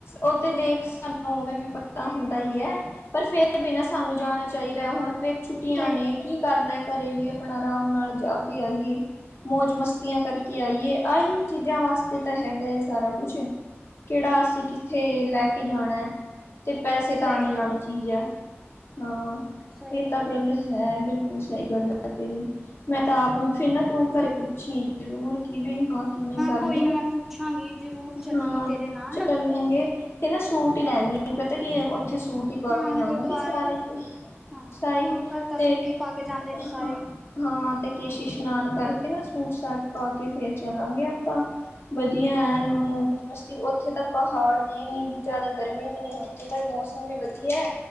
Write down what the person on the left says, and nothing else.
ਉਹ ਤੇ ਦੇਖ ਸਾਨੂੰ ਉਵੇਂ ਵੀ ਪਤਾ ਹੁੰਦਾ ਹੀ ਐ, ਪਰ ਫੇਰ ਬਿਨਾਂ ਸਾਨੂੰ ਜਾਣਾ
ਚਾਹੀਦਾ ਐ, ਹੁਣ ਛੁੱਟੀਆਂ
ਨੇ
ਕੀ ਕਰਨਾ ਆਂ ਘਰੇ ਵੀ ਆਪਣਾ ਆਰਾਮ ਨਾਲ ਜਾ ਕੇ ਆਈਏ, ਮੌਜ ਮਸਤੀਆਂ ਕਰਕੇ ਕਿ ਆਏ ਆਹੀ ਚੀਜ਼ਾਂ ਵਾਸਤੇ ਤਾਂ ਹੈਗਾਏ। ਸਾਰਾ ਕੁਛ ਕਿਹੜਾ ਅਸੀਂ ਕਿੱਥੇ ਲੈ ਕੇ ਜਾਣਾ ਐ, ਤੇ ਪੈਸੇ ਤਾਂ
ਨਹੀਂ
ਜਾਣੇ ਚੀਜ਼ ਐ, ਹਾਂ।
ਇਹ ਤਾਂ ਗੱਲ
ਹੈ, ਬਿਲਕੁਲ ਸਹੀ ਗੱਲ ਆ ਤੇਰੀ। ਮੈਂ ਤਾਂ ਆਪ ਫਿਰ ਨਾ ਤੂੰ ਘਰੇ ਪੁੱਛੀ ਜ਼ਰੂਰ ਕਿ ਬ ਹਾਂ ਕਿਵੇਂ ਕਰਨੀ
ਆ?
ਹਾਂ।
ਚੱਲਾਂਗੇ ਤੇ ਨਾ ਸੂਟ ਹੀ ਲੈਦੀ ਪਤਾ ਕੀ ਉੱਥੇ ਸੂਟ ਸੂਟੀ ਪਾ
ਕੇ ਜਾਵਾਂਗੇ,
ਸਾਰੇ
ਸਾਈ
ਤੇ
ਹ
ਹਾਂ, ਤੇ ਕੇਸ਼ੀ ਇਸ਼ਨਾਨ ਕਰਕੇ ਨਾ ਸੂਟ ਸਾਟ ਪਾ ਕੇ ਫੇਰ ਚੱਲਾਂਗੇ ਆਪਾਂ। ਮੌਜ
ਮਸਤੀ ਤੇ ਉੱਥੇ ਤਾਂ ਪਹਾੜ ਨਹੀਂ ਨ ਜਿਆਦਾ, ਗਰਮੀ ਵੀ ਨਹੀਂ ਉਥੇ ਤਾਂ ਮੌਸਮ ਵੀ ਵਧੀਆ ਐ।